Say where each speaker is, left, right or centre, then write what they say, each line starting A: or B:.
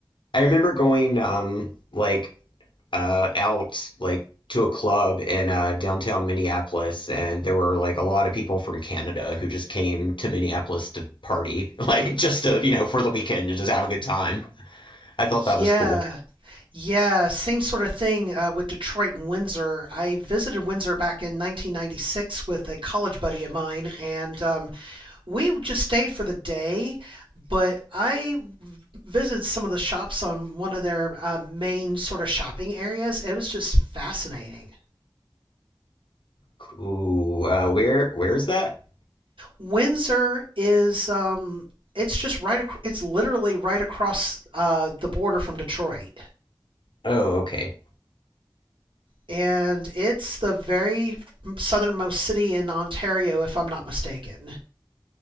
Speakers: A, on the left (about 70°); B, on the right (about 80°).
A: I remember going um like uh out like to a club in uh downtown Minneapolis and there were like a lot of people from Canada who just came to Minneapolis to party, <laughs> like just to, you know, for the weekend and just have a good time. I thought that
B: Yeah.
A: was cool.
B: Yeah, same sort of thing uh, with Detroit and Windsor. I visited Windsor back in 1996 with a college buddy of mine, and um, we just stayed for the day, but I visited some of the shops on one of their uh, main sort of shopping areas. It was just fascinating.
A: Cool. uh where where's that?
B: Windsor is um, it's just right. Ac- it's literally right across uh, the border from Detroit,
A: Oh, okay.
B: and it's the very southernmost city in Ontario, if I'm not mistaken.